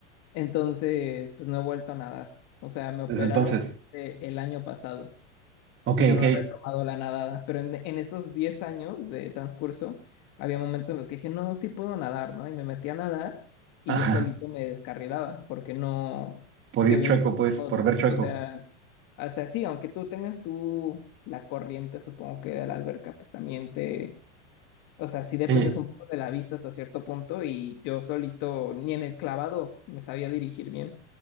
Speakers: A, on the left; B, on the right.
A: Entonces, pues no he vuelto a nadar. O sea, me operaron
B: Desde entonces.
A: eh, el año pasado
B: Ok,
A: y no
B: ok.
A: he retomado la nadada. Pero en, en esos 10 años de transcurso, había momentos en los que dije, no, sí puedo nadar, ¿no? Y me metí a nadar y
B: <laughs>
A: yo solito me descarrilaba porque no,
B: Por
A: pues que
B: ir
A: ves,
B: chueco, pues,
A: no,
B: por ver chueco.
A: o sea, o sea, sí, aunque tú tengas tú la corriente, supongo que de la alberca, pues también te, o sea, sí dependes
B: Sí.
A: un poco de la vista hasta cierto punto y yo solito ni en el clavado me sabía dirigir bien.